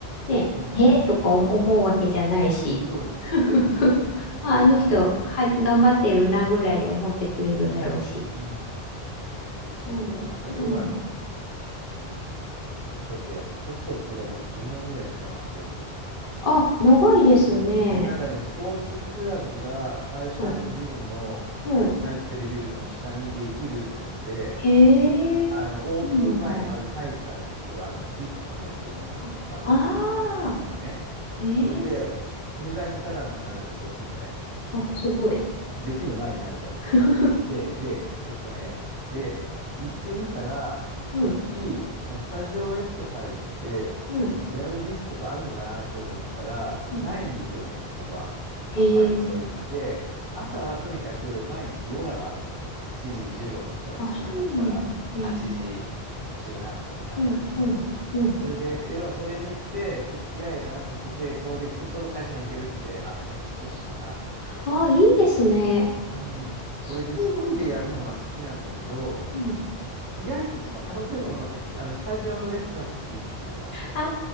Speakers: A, on the left (about 60°); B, on the right (about 25°).
A: ね、
B: うん。
A: えーとか思思うわけじゃないし。
B: そうですよね。
A: <laughs>
B: うん。
A: ああの人は、
B: あの、
A: 頑張ってるなぐらいで思ってくれるだろうし。
B: うん、うん。そうですよね。
A: うん。
B: なんかヨガの、
A: うん、
B: その、ちょっとや、ちょっとっていうかでも10年ぐらいやったな、そういえば。
A: あ、長いですね。
B: うん、なんかね、スポーツクラブが会社のビルの、
A: はい。はい
B: 入ってるビルの下にできるっていうんで、
A: へえ、
B: あの、オープン前にまず入ったんですよ。
A: いいな
B: あの、ティップネスの丸の内ってやつがね。
A: あ。ああー、ええ、
B: それで、入会金タダになるんで、そうするとね。
A: あ、すごい。
B: うん。できる前に入ると。
A: <laughs>
B: で、で、えっとね、で、行ってみたら、
A: うん、
B: てっきり、そのスタジオエクササイズって、
A: はい、
B: エアロビクスとかあるのかなと思ったら、
A: うん。
B: ないんですよね、ここは。
A: へえ、
B: あんまりそういうのが。で、朝はとにかく毎日ヨガがあるんですよ。もう7時15分とか7時半から8時10何分あたりまでね。
A: あ、そうなの。へえ、うん、はい、はい。
B: それで、で要はそれに行って、ちょっと着替えてなんかして、ちょうど行くとちょうど会社に行けるんで、あ、じゃあそうしようかなと思って。
A: ああ、いいですね。
B: うん、それで一人でやるのは好きなんだけど、
A: そうかな。うん。
B: 意外とそあの手の、あのスタジオのレッスンは好きっていう、あの、
A: あ